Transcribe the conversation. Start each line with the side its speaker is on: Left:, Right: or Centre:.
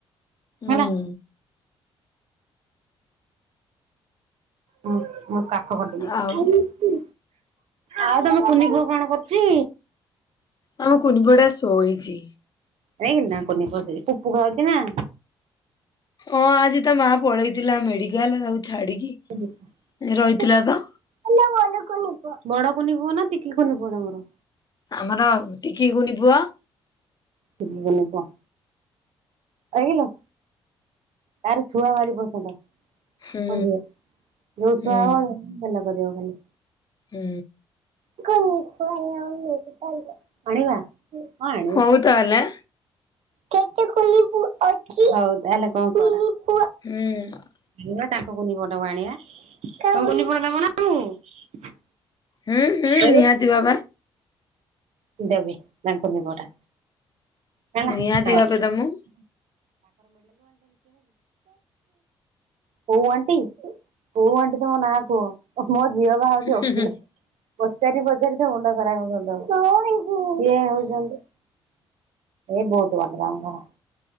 Left: ହୁଁ
Right: ହେଲା। ହୁଁ ମୁଁ କାଖ କରିଦେବି।
Left: ଆଉ
Right: ଆଉ ତମ କୁନି କୁଅ କଣ କରୁଛି?
Left: ଆମ କୁନି ପୁଅଟା ଶୋଇଛି।
Right: ହେଇଗି ନା କୁନି ପସି ପୁପୁ ଖାଉଛି ନା?
Left: ହଁ ଆଜି ତା ମା ପଳେଇଥିଲା ମେଡିକାଲ ତାକୁ ଛାଡିକି।
Right: <unintelligible>
Left: ରହିଥିଲା ତ
Right: ବଡ କନି ପୁଅ ନା ଟିକି କନି ପୁଅ ତମର?
Left: ଆମର ଟିକି କୁନି ପୁଅ।
Right: ଟିକି କୁନି ପୁଅ। ଆଗିଲ। ତାରେ ଛୁଆ ଭାରି ପସନ୍ଦ
Left: ହୁଁ
Right: ମ ଝିଅ ଯୋଉ
Left: ହୁଁ
Right: ଛୁଆ ହ ଗେଲ କରିବ ଖାଲି।
Left: ହୁଁ।
Right: <inaudible> ଆଣିବା
Left: ହଉ ତାହେଲେ।
Right: ହଉ ତାହେଲେ କଣ କଲା।
Left: ହୁଁ।
Right: ଯିବା ତାଙ୍କ କୁନି ପୁଅ ଟାକୁ ଆଣିବା ତମ କୁନି ପୁଅ ଟାକୁ ଦବନା ଆମକୁ।
Left: ହୁଁ, ହୁଁ,
Right: ଏଇ
Left: ନିହାତି ଭାବେ।
Right: ଦେବି ତାଙ୍କ କୁନି ପୁଅଟା ହେଲା
Left: ନିହାତି
Right: <inaudible>
Left: ଭାବେ ତ ମୁଁ
Right: କୋଉ ଆଣ୍ଟି କୋଉ ଆଣ୍ଟି ତମ ନାଁ କୁହ? ମୋ ଝିଅ ବା ହଉଛି ଓକିଲ
Left: ହୁଁ ହୁଁ
Right: ପଚାରି ପଚାରି ତମ ମୁଣ୍ଡ ଖରାପ କରିଦବ। ଏଇ ହଉଚନ୍ତି ଇଏ ବହୁତ <unintelligible>